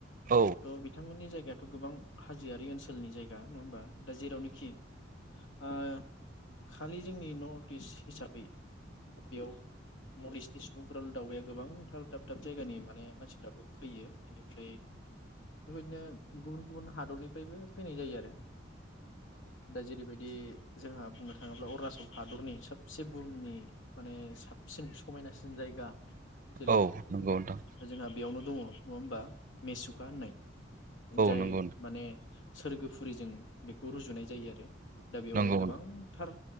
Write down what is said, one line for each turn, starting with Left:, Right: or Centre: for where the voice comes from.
Right: औ
Left: थ बिथांमोननि जायगायाव थ' गोबां होजोआरि ओनसोलनि जायगा नङा होनबा दा जेरावनोखि ओ खालि जोंनि नर्थ इस्ट हिसाबै बेयाव नर्थ इस्टनि सुबुंफोर दावबाया गोबांथार दाब दाब जायगानि माने मानसिफ्राबो फैयो बेनिफ्राय बेबायदिनो गुबुन गुबुन हादरनि निफ्रायबो फैनाय जायो आरो <inaudible> दा जेरैबायदि जोंहा बुंनो थांङोब्ला अरुणाचल हादरनि सबसे बुहुमनि माने साबसिन समायनासिन जायगा जेरै
Right: औ नंगौ नोंथां
Left: जोंहा बेयावनो दंङ नंङा होमबा मेसुखा होननाय जाय
Right: नोंथां नंगौ नोंथां औ नंगौ नोंथां नंगौ नोंथां औ नंगौ नोंथां औ नंगौ औ नंगौ नोंथां
Left: माने सोरगोब फुरिजों बेखौ रुजुनाय जायो आरो दा बेवहाय
Right: नंगौ
Left: गोबांथार